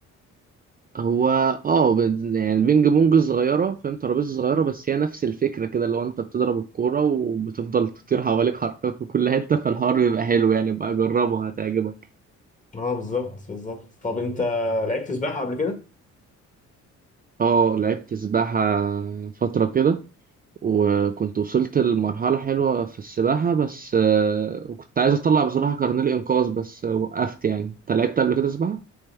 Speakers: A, on the right; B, on the left.
A: هو اه بد- يعني البينج بونج صغيرة فاهم ترابيزة صغيرة بس هي نفس الفكرة كده اللي هو انت بتضرب الكورة وبتفضل تطير حواليك حرفيا في كل حتة فالحوار بيبقى حلو يعني بقى جربه هتعجبك
B: اه بالظبط بالظبط طب انت لعبت سباحة قبل كده؟
A: اه لعبت سباحة فترة كده وكنت وصلت لمرحلة حلوة في السباحة بس آه، وكنت عايز أطلع بصراحة كارنيه الإنقاذ بس آه، وقفت يعني أنت لعبت قبل كده سباحة؟